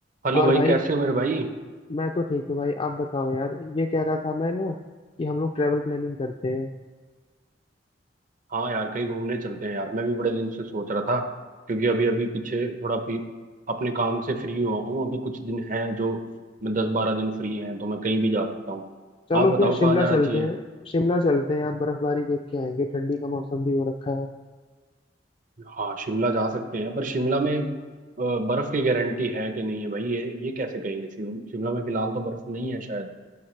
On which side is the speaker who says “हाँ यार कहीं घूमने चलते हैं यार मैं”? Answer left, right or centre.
Right